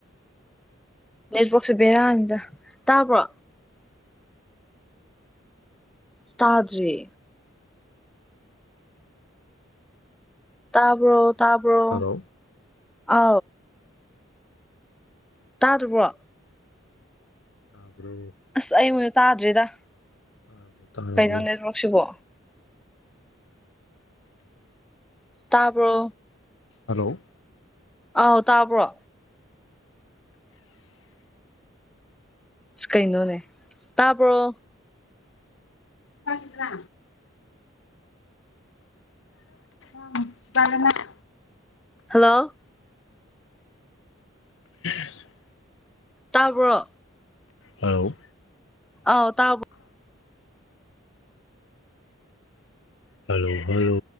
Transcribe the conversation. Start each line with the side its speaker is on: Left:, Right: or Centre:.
Centre: ꯅꯦꯠꯕꯣꯛꯁꯕꯔꯖ
Left: ꯍꯜꯂꯣ
Centre: ꯇꯥꯕ꯭ꯔꯣ ꯏꯁꯇꯥꯗ꯭ꯔꯔꯤ ꯇꯥꯕ꯭ꯔꯣ ꯇꯥꯕ꯭ꯔꯣ
Left: ꯍꯜꯂꯣ
Centre: ꯑ ꯇꯥꯗ꯭ꯔꯤꯕ꯭ꯔꯣ
Left: ꯇꯥꯕ꯭ꯔꯣ
Centre: ꯑꯁ ꯑꯩ ꯃꯣꯏꯗ ꯇꯥꯗ꯭ꯔꯤꯗ
Left: ꯇꯥꯔꯕꯣ ꯇꯥꯔꯕꯣ
Centre: ꯀꯩꯅꯣ ꯅ ꯂꯧꯔꯛꯁꯤꯕꯣ ꯇꯥꯕ꯭ꯔꯣ
Left: ꯍꯜꯂꯣ
Centre: ꯑ ꯇꯥꯕ꯭ꯔꯣ ꯀꯩꯅꯣꯅꯦ ꯇꯥꯕ꯭ꯔꯣ
Left: ꯀꯒꯤꯗ꯭ꯔꯥ ꯑꯝ ꯇꯥꯒꯅ‌ꯦ
Centre: ꯍꯜꯂꯣ
Left: <unintelligible>
Centre: ꯇꯥꯕ꯭ꯔꯣ
Left: ꯍꯜꯂꫭ
Centre: ꯑꯥꯎ ꯇꯥꯕꫭ
Left: ꯍꯜꯂꯣ ꯍꯜꯂꯣ